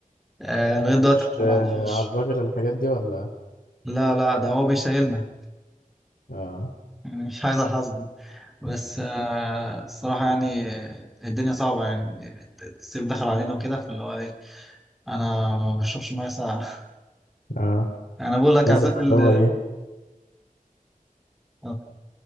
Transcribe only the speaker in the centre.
آه لغاية دلوقتي
ما
طلعناش
لا لا ده هو بيشيلنا
يعني مش عايز الحظ ده بس آه الصراحة يعني الدنيا صعبة يعني الصيف دخل علينا وكده فاللي هو إيه أنا ما بشربش مية ساقعة
<laughs> أنا بقول لك
عذاب
ال
آه،